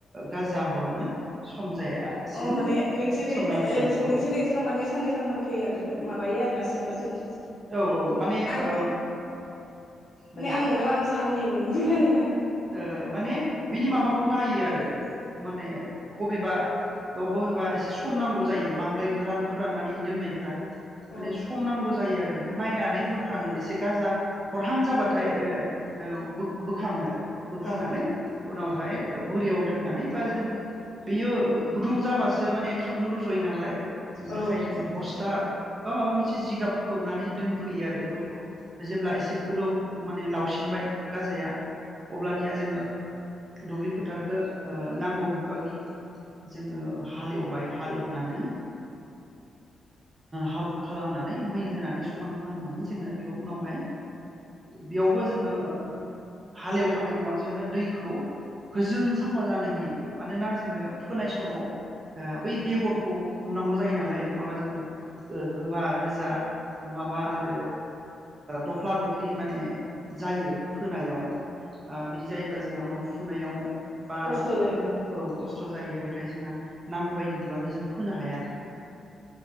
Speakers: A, on the right; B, on the left.
A: गाजा हरनो सम जायासिम
B: अ अ माने नोंसोरनि
A: सोमनानै
B: ओ
A: दोनो औ
B: नोंसोरनि ओनसोलााव माने साननै सानथाम फैयो आरो माबायो आरोना सोमना दोनो
A: औ औ माने
B: आं
A: ओ
B: माने
A: नंगौ
B: आं नुनायाव आं साननैल <unintelligible>
A: ओ माने बिनि माबाखौ नायो आरो माने बबेबा बबेबा एसे सम नांगौ जायो बांद्राय गोरान फोराननानै दोननायफोरा माने
B: औ
A: सम नांगौ जायो आरो। बेखौ नायनानै बोखाङो एसे गाजा हरहां जाबाथाय ओ बोखाङो आरो। बोखांनानै
B: औ
A: उनावहाय बोरियाव दोननानै बा जों बेयो गुदुं जा। होमबासो माने थाबनो रुज'यो नालाय। बिनि
B: औ
A: थाखाय जोङो बस्था। बा माबा मोनसे जिगाब खोबनानै दोनफैयो आरो बोरियाव जेब्ला एसे गोलाव माने लावसिनबाय गाजाया। अब्लानिया जोङो दुब्लि फोथारखौ नांगौ बिबांनि जोङो हालेवबाय हालेवनानै हाब्रु खालामनानै मै होनानै समान खालामनानै जोङो बेयाव उनावहाय बेयावबो जोङो। हालेवखांनायनि उनाव जोङो दैखौ गोजों साफा जानो होयो मानोना जोङो फोनाय समाव बै बेगरखौ नुनांगौ जायो नालाय नङाबा जोङो गोबा रोजा नङाबा आरो दख्ला दख्लि माने जायो फोनायाव। बिदि जायोब्ला जोंहा उनाव फुनायाव। बा
B: खस्थ' जायो
A: औ खस्थ' जायो। ओमफ्राय जोंहा नांगौ बायदि बिबांनि जों फोनो हाया